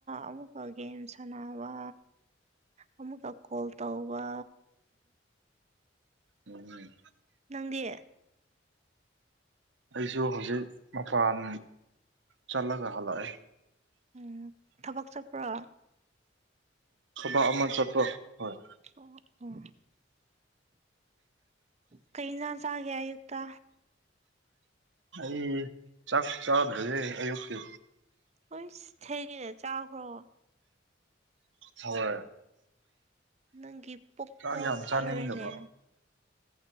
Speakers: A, on the right; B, on the right.
A: ꯑꯃꯨꯛꯀ ꯒꯦꯝ ꯁꯅꯕ ꯑꯃꯨꯛꯀ ꯀꯣꯜ ꯇꯧꯕ
B: ꯎꯝ
A: ꯅꯪꯗꯤ
B: ꯑꯩꯁꯨ ꯍꯧꯖꯤꯛ ꯃꯄꯥꯟ ꯆꯠꯂꯒ ꯍꯜꯂꯛꯑꯦ
A: ꯎꯝ ꯊꯕꯛ ꯆꯠꯄ꯭ꯔꯣ
B: ꯊꯕꯛ ꯑꯃ ꯆꯠꯄ ꯍꫭꯏ
A: ꯑꯣ ꯑꯣ ꯀꯩ ꯏꯟꯖꯥꯡ ꯆꯥꯒꯦ ꯑꯌꯨꯛꯇ
B: ꯑꯩ ꯆꯥꯛ ꯆꯥꯗ꯭ꯔꯤꯌ‌ꯦ ꯑꯌꯨꯛꯀꯤ
A: ꯍꯩꯁ ꯊꯦꯡꯉꯦꯅꯦ ꯆꯥꯈ꯭ꯔꯣ
B: ꯍꯣꯏ
A: ꯅꯪꯒꯤ ꯄꯨꯛꯇꯣ
B: ꯆꯥꯛ ꯌꯥꯝ
A: ꯐꯠꯂꯔꯣꯏꯅꯦ
B: ꯆꯥꯅꯤꯡꯗꯕ